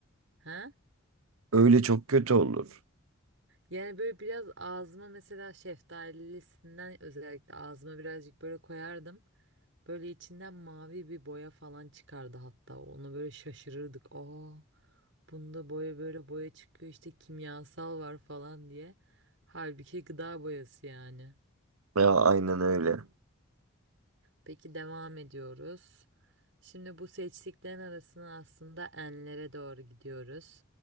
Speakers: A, on the right (about 60°); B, on the right (about 80°).
A: Ha?
B: Öyle çok kötü olur.
A: Yani böyle biraz ağzıma mesela şeftalisinden özellikle ağzıma birazcık böyle koyardım. Böyle içinden mavi bir boya falan çıkardı hatta. Onu böyle şaşırırdık. Aa, bunda boya böyle boya çıkıyor işte kimyasal var falan diye. Halbuki gıda boyası yani.
B: Ya aynen öyle.
A: Peki devam ediyoruz. Şimdi bu seçtiklerin arasına aslında enlere doğru gidiyoruz.